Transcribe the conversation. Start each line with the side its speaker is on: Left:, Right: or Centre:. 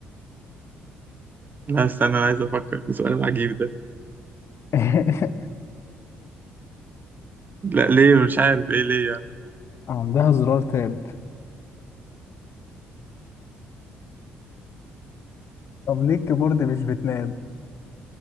Right: لا استنى أنا عايز أفكر في السؤال العجيب ده
Left: <laughs>
Right: لا ليه مش عارف إيه ليه يعني
Left: عندها زرار تاب طب ليه الكيبورد مش بتنام